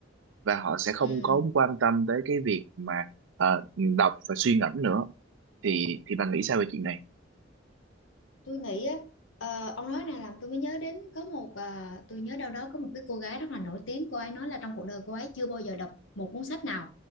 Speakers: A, on the right; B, on the left.
A: và họ sẽ không
B: ừ
A: có quan tâm tới cái việc mà ờ, đọc và suy ngẫm nữa thì thì bạn nghĩ sao về chuyện này
B: tôi nghĩ á ờ, ông nói này làm tôi mới nhớ đến có một à, tôi nhớ đâu đó có một cái cô gái rất là nổi tiếng cô ấy nói là trong cuộc đời cô ấy chưa bao giờ đọc một cuốn sách nào